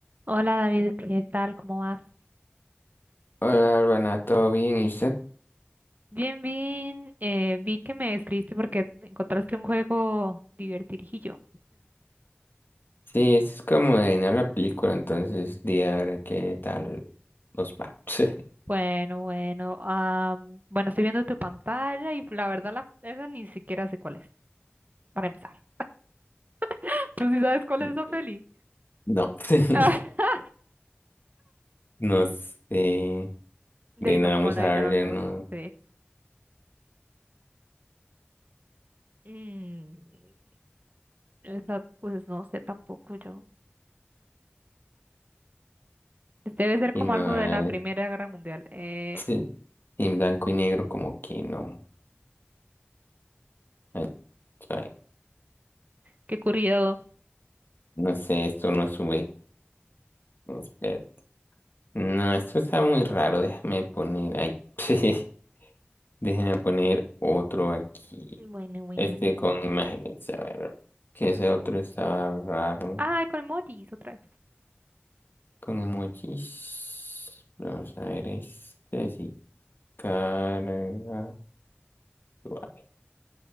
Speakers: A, on the right; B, on the left.
A: Hola David, ¿qué tal? ¿Cómo vas?
B: Hola, Urbana, ¿todo bien? ¿Y usted?
A: Bien, bien. eh, vi que me escribiste porque encontraste un juego divertidillo.
B: Sí, esto es como de no la película, entonces, di a ver qué tal nos va. <laughs>
A: Bueno, bueno. am, bueno, estoy viendo tu pantalla y la verdad la, esa ni siquiera sé cuál es, para empezar. <laughs> ¿Tú sí sabes cuál
B: Sí.
A: es esa peli?
B: No, <laughs>
A: <laughs>
B: no sé,
A: De
B: de
A: ahí
B: nada
A: no pone,
B: vamos a darle,
A: no, no
B: no,
A: sé. Mm, esa, pues no sé tampoco yo. Este Debe ser
B: y
A: como
B: no
A: algo de
B: es,
A: la Primera Guerra Mundial. Eh,
B: sí, en blanco y negro como que no, Ay, ay,
A: qué curioso.
B: no sé, esto no sube, espera. no, esto está muy raro, déjame poner, ay, <laughs> déjame poner otro aquí.
A: Bueno, bueno.
B: Este con imágenes, a ver. Que ese otro estaba raro.
A: Ah, con emojis otra vez.
B: Con emojis. Vamos a ver este. Si carga. Vale.